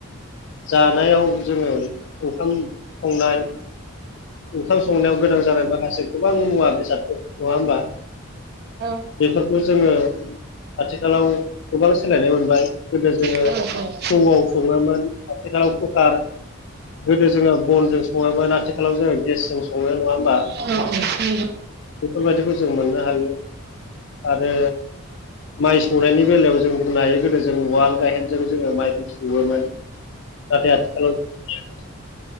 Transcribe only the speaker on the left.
जानायाव जोङो ओंखाम संनाय ओंखाम संनायाव गोनां जानाय माखासे गोबां मुवा बेसादफोर नङा होमबा?
बेफोरखौ जोङो आथिखालाव गोबां सोलायनाय मोनबाय। गोदो जोङो
थौआव सङोमोन आथिखालाव कुकार गोदो जोङो बनजों सङोमोन। आथिखालाव जोङो गेसजों सङो नङा होमबा?
बेफोरबायदिखौ जों मोननो हायो। आरो माइ सौनायनि बेलायाव जों बुंनो हायो। गोदो जों उवाल गाहेनजों जोङो माइखौ सौवोमोन। नाथाय आथिखालाव <unintelligible>